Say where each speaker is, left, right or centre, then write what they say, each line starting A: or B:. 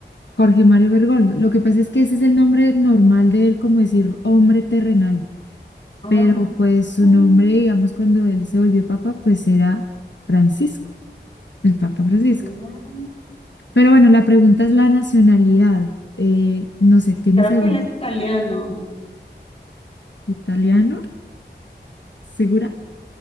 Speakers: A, on the left (about 75°); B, on the left (about 35°).
A: Jorge Mario Bergoglio. Lo que pasa es que ese es el nombre normal de él, como decir hombre terrenal,
B: Ah,
A: pero pues su
B: mm,
A: nombre, digamos, cuando él se volvió papa, pues era Francisco, el Papa Francisco.
B: ah.
A: Pero bueno, la pregunta es la nacionalidad. Eh, no sé, ¿tienes
B: creo
A: alguna
B: que él es italiano.
A: italiano? ¿Segura?